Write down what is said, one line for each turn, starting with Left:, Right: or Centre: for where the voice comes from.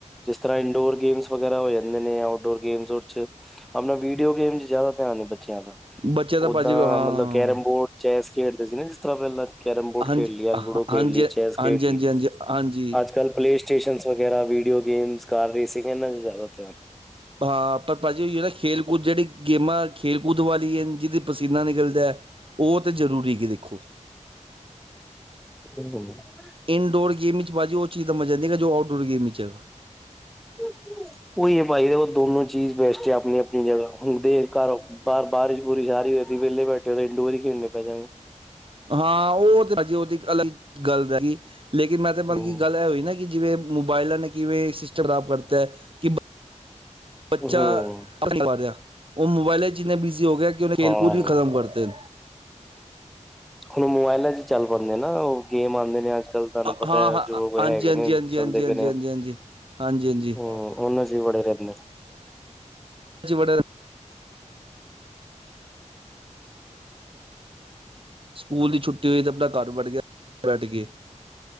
Centre: ਜਿਸ ਤਰ੍ਹਾਂ ਇੰਡੋਰ ਗੇਮਸ ਵਗੈਰਾ ਹੋ ਜਾਂਦੇ ਨੇ ਆਊਟਡੋਰ ਗੇਮਸ ' <unintelligible> ਆਪਣਾ ਵੀਡੀਓ ਗੇਮ ਚ, ਜਿਆਦਾ ਧਿਆਨ ਏ ਬੱਚਿਆਂ ਦਾ,
Right: ਬੱਚੇ ਤਾਂ
Centre: ਓਦਾਂ
Right: ਭਾਜੀ ਹਾਂ
Centre: ਮਤਲਬ ਕੈਰਮ ਬੋਰਡ, ਚੈਸ ਖੇਡਦੇ ਸੀ। ਨਾ, ਜਿਸ ਤਰ੍ਹਾਂ ਪਹਿਲਾਂ ਕੈਰਮ ਬੋਰਡ
Right: ਹਾਂਜੀ
Centre: ਖੇਡ, ਲਿਆ ਲੂਡੋ,
Right: ਹਾਂਜੀ
Centre: ਖੇਡ
Right: ਹਾਂਜੀ
Centre: ਲਈ ਚੈਸ, ਖੇਡ
Right: ਹਾਂਜੀ
Centre: ਲਈ
Right: ਹਾਂਜੀ ਹਾਂਜੀ
Centre: ਅੱਜ ਕੱਲ ਪਲੇ ਸਟੇਸ਼ਨਸ ਵਗੈਰਾ, ਵੀਡੀਓ ਗੇਮਸ, ਕਾਰ ਰੇਸਿੰਗ, ਇਹਨਾਂ 'ਚ ਜ਼ਿਆਦਾ ਧਿਆਨ
Right: ਹਾਂ ਪਰ ਭਾਜੀ, ਹੋਈਏ ਨਾ ਖੇਲ ਕੂਦ, ਜਿਹੜੀ ਗੇਮਾਂ ਖੇਲ ਕੂਦ ਵਾਲੀਆਂ ਹੈ, ਜਿਹਦੇ ਪਸੀਨਾ ਨਿਕਲਦਾ ਉਹ ਤਾਂ, ਜ਼ਰੂਰੀ ਕਿ ਦੇਖੋ?
Centre: ਬਿਲਿਲਕੁਲ <inaudible> <inaudible>
Right: ਇਨਡੋਰ ਗੇਮ, ਚ ਭਾਜੀ ਜੀ ਉਹ ਚੀਜ਼, ਦਾ ਮਜਾ ਨਈ ਹੈ, ਜੋ ਆਊਟਡੋਰ ਗੇਮ 'ਚਗਾ
Centre: ਉਹੀ ਹੈ ਭਾਜੀ, ਉਹ ਦੋਨੋ ਚੀਜ਼ ਬੈਸਟ ਆਪਣੀ ਆਪਣੀ ਜਗ੍ਹਾ ਹੁੰਦੇ ਘਰ ਬਾਹਰ ਬਾਰਿਸ਼ ਬੁਰਿਸ਼ ਆ ਰਹੀ ਹੋ ਸੀ ਵਿਹਲੇ ਬੈਠੇ ਹੋ ਤਾਂ ਇੰਡੋਰ ਹੀ ਖੇਡਣੇ ਪੈ ਜਾਣਗੇ।
Right: ਹਾਂ ਉਹ ਤੇ ਹਾਜੀ ਉਹ ਤੇ ਇੱਕ ਅਲੱਗ ਗੱਲ ਰਹਿ ਲੇਕਿਨ ਮੈਂ ਤਾਂ ਮਤਲਬ
Centre: ਹੂੰ
Right: ਕੀ ਗੱਲ ਇਹ ਹੋਈ ਨਾ। ਕਿ ਜਿਵੇਂ ਮੋਬਾਇਲਾਂ ਨੇ ਕਿਵੇਂ ਸਿਸਟਮ ਖਰਾਬ ਕਰਤਾ ਕਿ ਬੱਚਾ
Centre: ਹੂੰ
Right: <inaudible> ਉਹ ਮੋਬਾਇਲ ਚ ਇੰਨੇ ਬਿਜੀ ਹੋ ਗਏ। ਖੇਲ
Centre: ਹਾਂ
Right: ਕੂਦ ਵੀ ਖਤਮ ਕਰਦੇ
Centre: ਹੁਣ ਮੋਬਾਇਲਾਂ ਚ ਚੱਲ ਪਾਉਂਦੇ ਆ ਨਾ ਉਹ ਗੇਮ ਆਉਂਦੇ ਨੇ ਅੱਜ ਕੱਲ। ਤੁਹਾਨੂੰ
Right: ਹਾਂ
Centre: ਪਤਾ ਹੈ
Right: ਹਾਂ
Centre: ਜੋਬ ਹੈਗੇ
Right: ਹਾਂਜੀ ਹਾਂਜੀ
Centre: ਨੇ
Right: ਹਾਂਜੀ
Centre: ਚੱਲਦੇ
Right: ਹਾਂਜੀ ਹਾਂਜੀ
Centre: ਪਏ ਨੇ
Right: ਹਾਂਜੀ
Centre: ਹਮ
Right: ਹਾਂਜੀ ਹਾਂਜੀ ਹਾਂਜੀ
Centre: ਉਹਨਾਂ ਚ ਵੜੇ ਰਹਿੰਦੇ।
Right: ਵੜੇ ਸਕੂਲ ਦੀ ਛੁੱਟੀ ਹੋਈ ਤੇ ਆਪਣਾ ਘਰ ਬੈਠ ਗਿਆ ਬੈਠ ਕੇ।